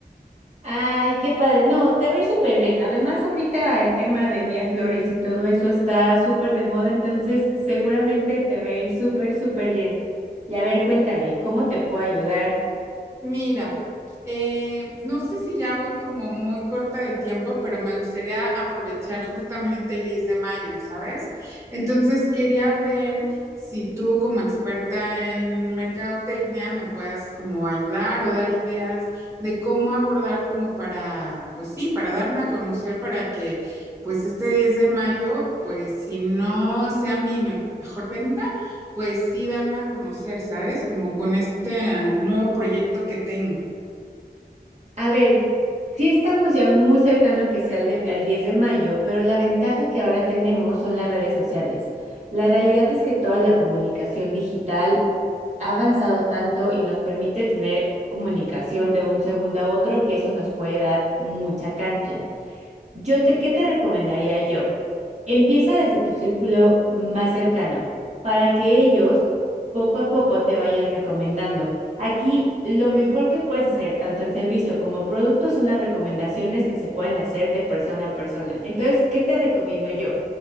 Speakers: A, on the right; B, on the right.
A: Ay, qué padre. No, te ves súper bien. Además, ahorita el tema de enviar flores y todo eso está súper de moda, entonces seguramente te va a ir súper, súper bien. Y a ver, cuéntame, ¿cómo te puedo ayudar?
B: Mira, eh, no sé si ya voy como muy corta de tiempo, pero me gustaría aprovechar justamente el 10 de mayo, ¿sabes? Entonces quería ver si tú como experta en mercadotecnia me puedas como ayudar o dar ideas de cómo abordar como para, pues sí, para darme a conocer para que pues este 10 de mayo, pues si no sea mi me- mejor venta, pues sí darme a conocer, ¿sabes? Como con este ah, nuevo proyecto que tengo.
A: A ver, sí estamos ya muy cercano que sea el, de- al 10 de mayo, pero la ventaja que ahora tenemos son las redes sociales. La realidad es que toda la comunicación digital ha avanzado tanto y nos permite tener comunicación de un segundo a otro que eso nos puede dar mucha cancha. Yo te, ¿qué te recomendaría yo? Empieza desde tu círculo más cercano para que ellos poco a poco te vayan recomendando. Aquí lo mejor que puedes hacer, tanto en servicio como producto, son las recomendaciones que se pueden hacer de persona a persona. Entonces, ¿qué te recomiendo yo?